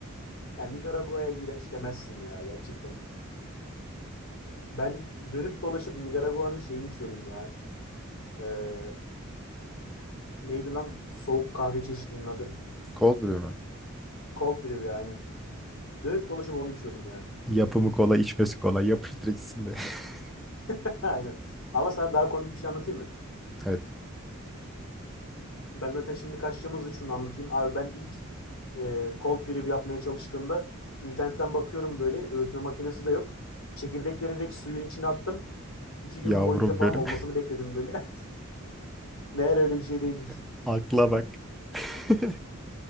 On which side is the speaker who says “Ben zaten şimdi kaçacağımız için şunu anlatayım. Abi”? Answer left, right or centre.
Left